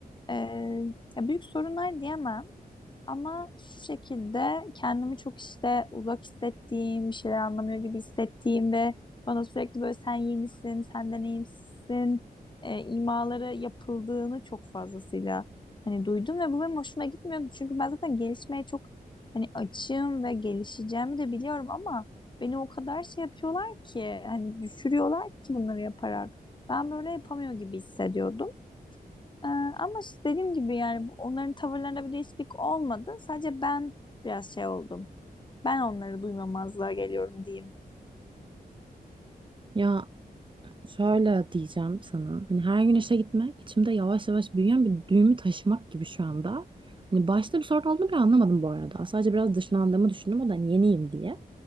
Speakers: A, on the left (about 30°); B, on the right (about 30°).
A: Ee, ya büyük sorunlar diyemem. Ama şu şekilde kendimi çok işte uzak hissettiğim, bir şeyler anlamıyor gibi hissettiğim ve bana sürekli böyle sen yenisin, sen deneyimsizsin e, imaları yapıldığını çok fazlasıyla hani duydum ve bu benim hoşuma gitmiyordu. Çünkü ben zaten gelişmeye çok hani açığım ve gelişeceğimi de biliyorum ama beni o kadar şey yapıyorlar ki hani düşürüyorlar ki bunları yaparak. Ben böyle yapamıyor gibi hissediyordum. Ee, ama işte dediğim gibi yani bu- onların tavırlarında bir değişiklik olmadı. Sadece ben biraz şey oldum. Ben onları duymamazlığa geliyorum diyeyim.
B: Ya şöyle diyeceğim sana. Hani her gün işe gitmek içimde yavaş yavaş büyüyen bir düğümü taşımak gibi şu anda. Hani başta bir sorun olduğunu bile anlamadım bu arada. Sadece biraz dışlandığımı düşündüm. O da hani yeniyim diye.